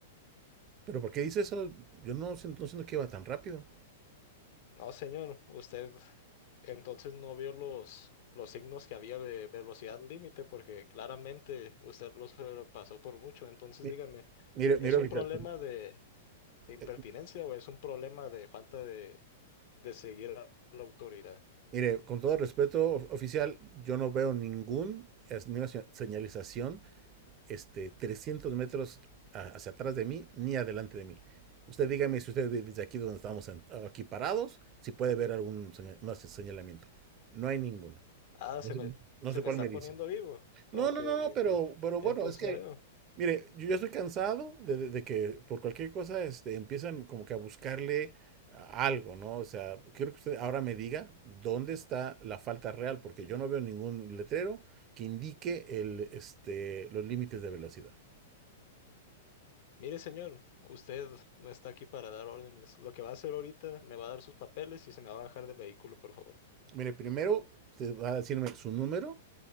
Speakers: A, on the right; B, on the left.
A: Pero ¿por qué dice eso? Yo no siento, no siento que iba tan rápido.
B: No, señor, usted entonces no vio los, los signos que había de velocidad límite porque claramente usted los pasó por mucho. Entonces,
A: Mi-
B: dígame,
A: Mire, mire,
B: ¿es
A: oficial,
B: un problema
A: con-
B: de, de impertinencia
A: eh,
B: o es un problema de falta de, de seguir a la autoridad?
A: mire, con todo respeto, of- oficial, yo no veo ningún es- ninguna se- señalización, este, 300 metros a- hacia atrás de mí ni adelante de mí. Usted dígame si usted ve desde aquí donde estamos en- aquí parados, si puede ver algún señal- no, se- señalamiento. No hay ninguno.
B: Ah,
A: No
B: se
A: sé,
B: me,
A: no
B: se
A: sé
B: me
A: cuál
B: está
A: me
B: poniendo
A: dice.
B: vivo.
A: No,
B: Ok,
A: no, no,
B: ok.
A: no, pero, pero
B: Entonces,
A: bueno, es que,
B: ya veo.
A: mire, yo ya estoy cansado de, de- de que por cualquier cosa este, empiezan como que a buscarle a- algo, ¿no? O sea, quiero que usted ahora me diga dónde está la falta real, porque yo no veo ningún letrero que indique el, este, los límites de velocidad.
B: Mire, señor, usted no está aquí para dar órdenes. Lo que va a hacer ahorita, me va a dar sus papeles y se me va a bajar del vehículo, por favor.
A: Mire, primero usted va a decirme su número,